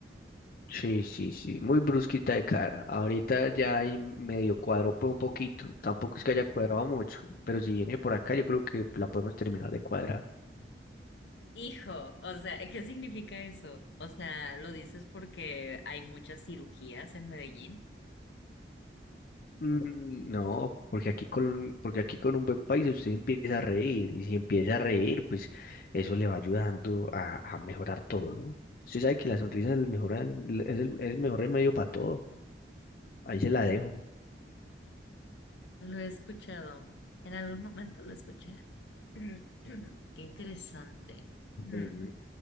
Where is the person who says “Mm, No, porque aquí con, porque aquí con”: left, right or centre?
Left